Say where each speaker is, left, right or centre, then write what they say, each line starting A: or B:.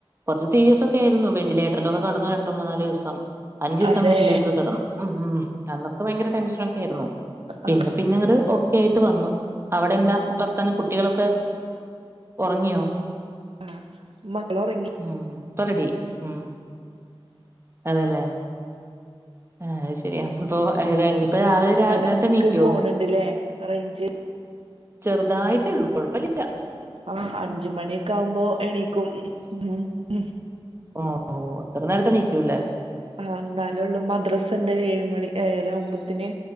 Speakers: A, on the right; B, on the right.
A: കൊറച്ച് സീരിയസ് ഒക്കെ ആയിരുന്നു. വെന്റിലേ റ്റർലൊക്കെ കട്ന്നു രണ്ട് മൂന്നാലുവസം. അഞ്ചീസം
B: അതെ
A: വെന്റിലേറ്റർ കെടന്ന്. ഉം ഉം അന്നൊക്കെ ഭയങ്കര ടെൻഷനൊക്കേര്ന്നു. പിന്നെ
B: ആഹ്
A: പിന്നെ ഇങ്ങട് ഓക്കെ ആയിട്ട് വന്നു. അവിടെ എന്താ വർത്താനം കുട്ടികളൊക്കെ? ഉറങ്ങിയോ
B: ആഹ് മകള് ഒറങ്ങി.
A: ഉം ഇപ്പ റെഡിയായി ഉം അതെല്ലേ. ഏഹ് അത് ശെരി അപ്പൊ അരാ ഞ്പ്പൊ രാവിലെ രാ
B: എടക്ക്
A: നേരത്തെണീക്ക്യോ?
B: പോണുണ്ട്ല്ലേ റേഞ്ച്
A: ചെറുതായിട്ടേള്ളൂ കൊഴപ്പല്യ.
B: ആഹ് അഞ്ച് മണിയൊക്കാവുമ്പൊ എണീക്കും. ഉം ഉം.
A: ഓഹ് അത്ര നേരത്തെ എണീക്ക്യൂല്ലേ.
B: ആഹ്. ഇന്നാലൊള്ളൂ മദ്രസ് ണ്ട് ഏഴ് മണി ഏഴരാവുമ്പോത്തിന്.